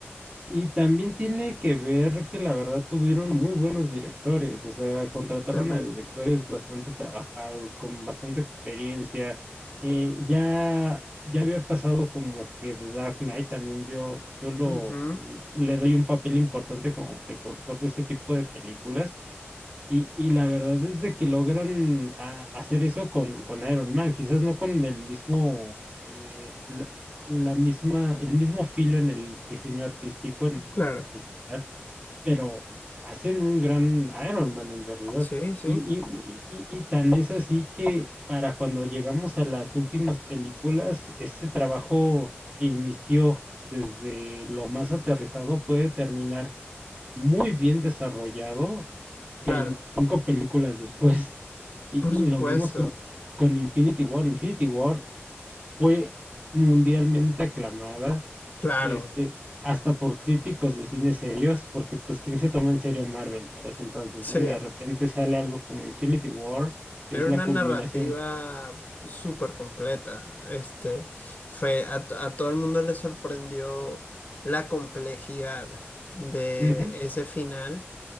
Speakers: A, on the right; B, on the left.
A: Y también tiene que ver que la verdad tuvieron muy buenos directores, o sea, contrataron
B: también.
A: a directores bastante trabajados, con bastante experiencia. Eh, ya, ya había pasado como que The Dark Knight también yo, yo lo
B: Ujú,
A: le doy un papel importante como precursor de este tipo de películas. Y, y la verdad es de que logran a- hacer eso con, con Iron Man, quizás no con el mismo, eh, la, la misma, el mismo filo en el diseño artístico en,
B: Claro.
A: en general, pero hacen un gran Iron Man en realidad.
B: Sí, sí.
A: Y, y, y, y y tan es así que para cuando llegamos a las últimas películas, ese trabajo que inició desde lo más aterrizado puede terminar muy bien desarrollado 25
B: Claro.
A: películas después. Y,
B: Por supuesto.
A: y lo vimos con, con Infinity War. Infinity War fue mundialmente aclamada,
B: Claro.
A: este, hasta por críticos de cine serios, porque pues quién se toma en serio Marvel para ese entonces,
B: Sí.
A: ¿no? Y de repente sale algo como Infinity War, que
B: Era
A: es la
B: una
A: culminación.
B: narrativa súper completa. Este, fue, a, to- a todo el mundo le sorprendió la complejidad de
A: Ujú,
B: ese final